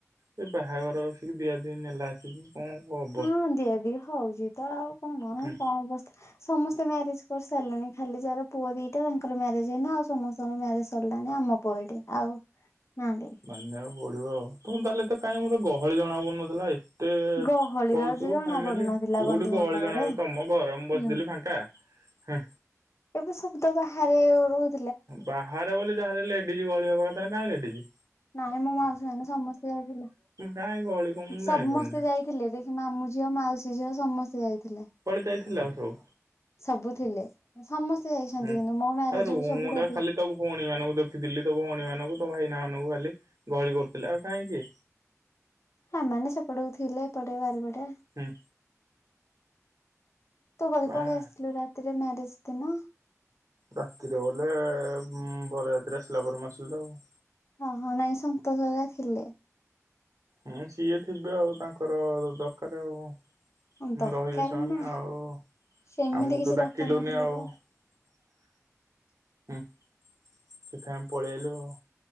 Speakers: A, on the right (about 80°); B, on the left (about 55°).
A: ସେ ବାହାଘରଏସିକି ଦିଆ ଦିଇ ନେଲାଏସିକି ଉଁ <inaudible>
B: ହଁ ଦିଆଦିଇ ହଉଛି ତ ଆଉ କଣ ନାଁ
A: ହୁଁ
B: କଣ ଅବସ୍ ସମସ୍ତେ ମ୍ୟାରେଜ କରିସାରିଲେଣି ଖାଲି ଯାର ପୁଅ ଦିଟା ତାଙ୍କର ମ୍ୟାରେଜ ହେଇନି ଆଉ ସମସ୍ତଙ୍କର ମ୍ୟାରେଜ ସରିଲାନି ଆମ ପଇଟେ ଆଉ ନାହାନ୍ତି।
A: ମାନିବାକୁ ପଡିବ ଆଉ ତମ ତାହେଲେ ତ କାଇଁ ମତେ ଗହଳି ଜଣା ପଡ଼ନଥିଲା ଏଇ ଏତେ
B: ଗହଳି
A: କହୁଛୁ
B: ତ ଜଣା
A: ଫାମିଲି
B: ପଡୁନଥିଲା
A: କୋଉଠି
B: ବନ୍ଧୁବାନ୍ଧବରେ
A: ଗହଳି ଜଣା ତମ ଘରେ ମୁଁ ବସିଥିଲି
B: ନା।
A: ଫାଙ୍କା। ହଁ।
B: ଏବେ ସବୁତ ବାହାରେ ରହୁ
A: ବାହାରେ ବୋଲି ଯାହା ହେଲେ ଲେଡିଜି ଗହଳି ହବା କଥାନା କାଇଁ ଲେଡିଜି?
B: ନାଇଁ ମୋ ମାଉସୀ ମାନେ ସମସ୍ତେ ଯାଇଥିଲେ,
A: କାଇଁ ଗହଳି କଣ ମୁଁ
B: ସମସ୍ତେ
A: ଜାଣିପାରୁନି ହେଁ
B: ଯାଇଥିଲେ ଦେ ମାମୁଁ ଝିଅ, ମାଉସୀ ଝିଅ ସମସ୍ତେ ଯାଇଥିଲେ।
A: କୁଆଳେ ଯାଇଥିଲେ ଆଉ ସବୁ?
B: ସବୁ ଥିଲେ, ସମସ୍ତେ ଯାଇଛନ୍ତି
A: ହୁଁ।
B: କିନ୍ତୁ ମୋ ମ୍ୟାରେଜକୁ
A: ହେ ରୁମ୍
B: ସବୁଠୁ
A: ଟା
B: ଅଧିକ
A: ଖାଲି ତୋ ଭଉଣୀ ମାନଙ୍କୁ ଦେଖିଥିଲି ତୋ ଭଉଣୀ ମାନଙ୍କୁ ତୋ ଭାଇନା ମାନଙ୍କୁ ଖାଲି ଗହଳି କରୁଥିଲେ ଆଉ କାଇଁ କିଏ?
B: ଭାଇ ମାନେ ସେପଟକୁ ଥିଲେ ଏପଟେ ବାରିପଟେ।
A: ହୁଁ।
B: ତୁ ବଧେ
A: ବାହାରେ
B: ପଳେଇ ଆସିଥିଲୁ ରାତିରେ ମ୍ୟାରେଜ ଦିନ।
A: ରାତିରେ ବଲେ ବର ୟାତ୍ରି ଆସିଲା ପରେ ମୁଁ ଆସିଲି ତ ଆଉ।
B: ଅ ହ ନାଇଁ ସନ୍ତୋଷ ଘରିକା ଥିଲେ।
A: ହୁଁ ସିଏ ଥିବେ ଆଉ, ତାଙ୍କର ଦରକାର ଆଉ।
B: ଦରକାର
A: ମୁଁ ରହିବି ସେମାନେ
B: ନା
A: ଆଉ
B: ସେମିତି
A: ଆମକୁ
B: କିଛି
A: ତ ଡାକିଲୁନି
B: ଦରକାର ନଥିଲା
A: ଆଉ।
B: ତ।
A: ହୁଁ। ସେଥି ଆମେ ପଳେଇଆଇଲୁ ଆଉ।